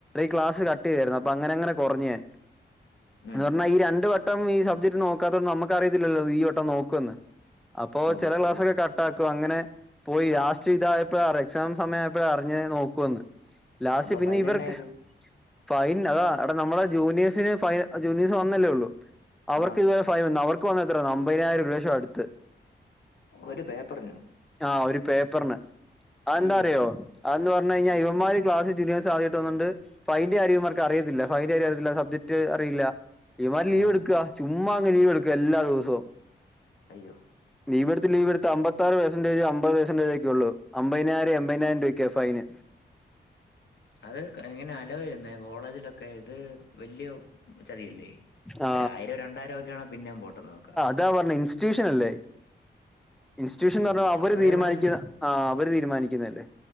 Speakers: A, in the centre; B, on the left.
A: ക്ലസ് കട്ടയ്യായിരുന്നു അപ്പ അങ്ങനെങ്ങനെ കൊർഞ്ഞു ഞാൻ
B: ഉം
A: ഇതർഞ്ഞാ ഈ
B: ഉം
A: രണ്ടു വട്ടം ഈ സബ്ജക്ട് നോക്കാത്തോണ്ട് നമുക്ക് അറിയത്തില്ലല്ലോ ഈ വ ട്ടം നോക്കൊന്ന് അപ്പോ
B: ഓ
A: ചെലേ
B: ശരിയാ
A: ക്ലാസ്സൊക്കെ കട് താക്കും അങ്ങനെ പോയി ലാസ്റ്റ് ഇതായപ്പോഴ എക്സാം സമയ ആയപ്പഴ അറിഞ്ഞ് നോക്കുവന്ന് ലാസ്റ്റ്
B: അപ്പൊ
A: പിന്നെ
B: ഫൈൻ
A: ഇവർക്കെ
B: എന്നാ ചെയ്തു
A: ഫൈൻ അതാ അടെ നമ്മളെ ജൂനിയേഴ്സിന് ഫൈ ജൂനിയേഴ്സ് വന്നല്ലേ ഒള്ളൂ അവർക്ക്
B: ആഹ്
A: ഇതുപോലെ ഫൈൻ അവർക്ക് വന്ന എത്ര അമ്പതിനായിരം ഒരുലശം അടുത്ത്
B: ഒരു പേപ്പറിനോ
A: ആഹ് ഒരു പേപ്പറിന് അതെന്താ
B: അയ്യോ
A: അറിയോ അതന്ന് പറഞ്ഞ് കഴിഞ്ഞാ ഇവന്മാര് ക്ലാസിൽ ജുനീയെസ് ആദ്യായിട്ടൊന്ന്ണ്ട് ഫൈന്റെ കാര്യ ഇവന്മാർക്ക് അറിയത്തില്ല ഫൈന്റെ കാര്യം അറിത്തില്ല സബ്ജക്റ്റ് അറിയില്ല ഇവന്മാര് ലീവ്
B: ആഹ്
A: എടുക്ക ചുമ്മാ അങ്ങ് ലീവ് എടുക്കുക എല്ലാ ദിവസവും
B: അയ്യോ
A: ലീവെടുത്ത് ലീവ്ടുഅമ്പത്താറ് പേർസൻറ്റേജ് അമ്പതൊക്കെ പേഴ്സൻടേജ് ഉള്ളൂ അമ്പതിനായിരം എപതിനായിരം രൂപക്കാണ് ഫൈന്
B: അത് എങ്ങനെ അലോചെയ്യൂന്നേ കോളേജിലൊക്കെ ഇത് വല്യ ചതിയല്ലേ
A: ആ
B: ഒരായിരം രണ്ടായിരം ഒക്കെയാണങ്കില് പിന്നെ പോട്ടന്ന് വെക്കാ
A: താ പർഞ്ഞ് ഇൻസ്റ്റിറ്റ്യൂഷൻ അല്ലേ ഇൻസ്റ്റിറ്റ്യൂഷൻ എന്ന്
B: ഉം
A: പറഞ്ഞാ
B: ഞങ്ങടെ
A: അവര് തീരുമാനിക്കുക
B: ഇവിടെ
A: ആഹ് അവര് തീരുമാനിക്കുന്നതല്ലേ